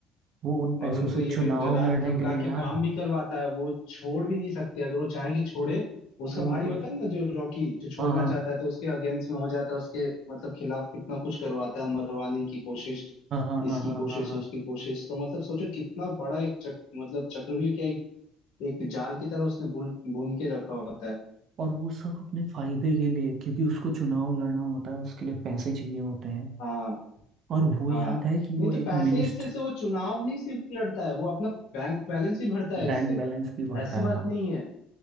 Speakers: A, on the right; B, on the left.
A: वो उन पैसों
B: और उनको
A: से
B: ये
A: चुनाव
B: भी डरा
A: लड़ने
B: धमका
A: के लिए
B: के
A: यार
B: काम भी करवाता है वो छोड़ भी नहीं सकते अगर वो चाहे कि छोड़े उसका
A: उनको
B: भाई होता है ना जो रॉकी जो छोड़ना
A: हाँ हाँ
B: चाहता है तो उसके अगेंस्ट में हो जाता है उसके मतलब खिलाफ कितना कुछ करवाता है मरवाने की कोशिश
A: हाँ हाँ हाँ
B: इसकी
A: हाँ
B: कोशिश
A: हाँ हाँ
B: उसकी कोशिश तो मतलब सोचो कितना बड़ा एक चक, मतलब चक्रव्यूह क्या एक, एक जाल की तरह उसने बुन बुन के रखा होता है
A: और वो सब अपने फायदे के लिए क्योंकि उसको चुनाव लड़ना होता है उसके लिए पैसे चाहिए होते हैं
B: हाँ
A: और वो
B: हाँ
A: याद है कि वो
B: नहीं तो
A: एक
B: पैसे
A: मिनिस्ट
B: से, से वो चुनाव नहीं सिर्फ लड़ता है वो अपना बैंक बैलेंस ही भरता है इससे
A: बैंक बैलेंस भी भरता
B: ऐसी बात
A: है हाँ
B: नहीं है